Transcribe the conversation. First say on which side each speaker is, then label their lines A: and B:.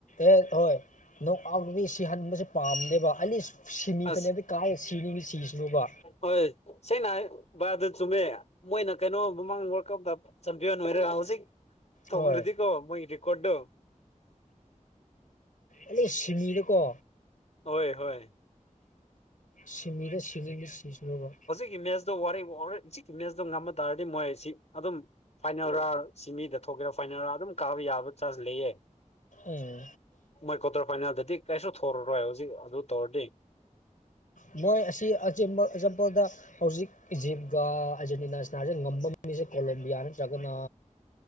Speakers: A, on the left (about 85°); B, on the left (about 55°).
A: ꯑꯦ ꯍꯣꯏ ꯅꯣꯛ ꯑꯥꯎꯠꯇꯨꯗꯤ ꯁꯤ ꯍꯟꯕꯁꯦ ꯄꯥꯝꯅꯦꯦꯕ ꯑꯂꯤ ꯁꯤꯅꯤ
B: ꯑꯁ
A: ꯐꯅꯗꯤ ꯀꯥꯏ ꯍ ꯁꯤꯅꯤꯉꯤ ꯁꯤꯁꯤꯅꯣꯕ
B: ꯍꯣꯏ ꯁꯦꯡꯅ ꯕꯥꯗꯨ ꯆꯨꯝꯃꯦ ꯃꯣꯏꯅ ꯀꯩꯅꯣ ꯃꯃꯥꯡ ꯋꯥꯔꯞꯇ ꯆꯄ ꯋꯥ ꯅ ꯍꯧꯖꯤ ꯇꯧꯔꯗꯤꯀꯣ
A: ꯍꯣꯏ
B: ꯃꯣꯏꯔꯀꯣꯗꯣ
A: ꯎꯝ ꯑ ꯁꯤꯃꯤꯗꯀꯣ
B: ꯍꯣꯏ ꯍꯣꯏ
A: ꯁꯤꯃꯤꯗꯦ ꯁꯤꯃꯤꯗ ꯁꯤꯁꯂꯕ
B: ꯛꯀꯤ ꯃꯦꯁꯣ ꯋꯥꯔꯔ ꯏꯤꯛꯀꯤ ꯃꯦꯁꯇꯣ ꯉꯝꯕ ꯇꯔꯗꯤ ꯃꯣꯏꯁꯤ ꯑꯗꯨꯝ ꯐꯥꯏꯅꯔꯥ ꯁꯤꯃꯤꯗ ꯊꯣꯛꯀꯦꯔꯥ ꯐꯥꯏꯅꯔꯥ ꯑꯗꯨꯝ ꯀꯥꯕ ꯌꯥꯕ ꯆꯥꯟꯖ ꯂꯩꯌꯦ
A: ꯎꯝ
B: ꯃꯣꯏ ꯀ꯭ꯋꯥꯇꯔ ꯐꯥꯏꯅꯦꯜꯗꯗꯤ ꯀꯩꯁꯨ ꯊꯧꯔꯔꯣꯏ ꯍꯧꯖꯤꯛ ꯑꯗꯨ ꯇꯧꯔꯗꯤ
A: ꯎ ꯃꯣꯏ ꯑꯁꯤ ꯑꯆꯦꯝꯕ ꯑꯦꯛꯖꯥꯝꯄꯜꯗ ꯍꯧꯖꯤꯛ ꯏꯖꯤꯞꯀ ꯑꯥꯔꯖꯦꯟꯇꯤꯅꯥ ꯁꯤꯅꯥꯁꯦ ꯉꯝꯕ ꯃꯤꯁꯦ ꯀꯣꯂꯣꯕꯤꯌꯥ ꯅꯠꯇ꯭ꯔꯒꯅ